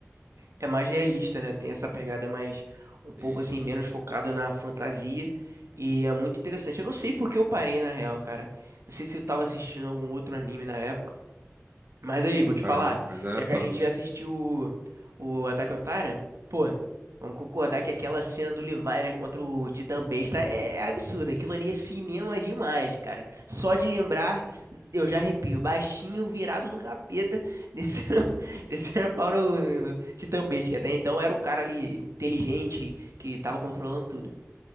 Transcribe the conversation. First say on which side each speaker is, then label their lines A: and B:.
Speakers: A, on the right (about 75°); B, on the right (about 40°).
A: É mais realista, né? Tem essa pegada mais um pouco
B: Sim.
A: assim, menos focada na fantasia. E é muito interessante. Eu não sei por que eu parei, na real, cara. Não sei se eu tava assistindo algum outro anime na época. Mas aí, vou te falar,
B: Ah, mas é
A: já
B: top.
A: que a gente já assistiu o, o Attack on Titan, pô, vamos concordar que aquela cena do Levi, né, contra o Titã Besta é, é absurda. Aquilo ali é cinema demais, cara. Só de lembrar, eu já arrepio. Baixinho, virado no capeta, descendo, <laughs> descendo pau no, no, no Titã Besta, que até então era o cara ali inteligente que tava controlando tudo.